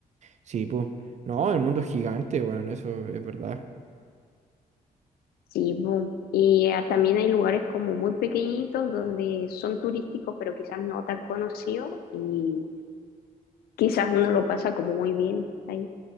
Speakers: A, on the right; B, on the left.
A: Sí, pues. No, el mundo es gigante, bueno, eso es verdad.
B: Sí, bu. y ah, también hay lugares como muy pequeñitos donde son turísticos, pero quizás no tan conocidos y quizás uno lo pasa como muy bien ahí.